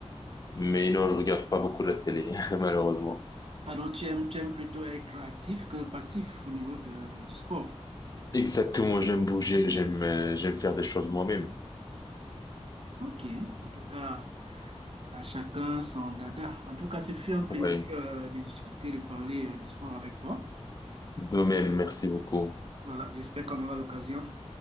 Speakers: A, on the left (about 35°); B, on the right (about 55°).
A: mais non, je regarde pas beaucoup la télé, <laughs> malheureusement.
B: Ah tu aimes, tu aimes plutôt être actif que passif au niveau de, du sport.
A: Exactement, j'aime bouger, j'aime euh, j'aime faire des choses moi-même.
B: Ok, en tout cas. À chacun son dada. En tout cas, ce fut un plaisir
A: Oui,
B: euh, de discuter, de parler euh, de sport avec toi.
A: de même, merci beaucoup.
B: Voilà, j'espère qu'on aura l'occasion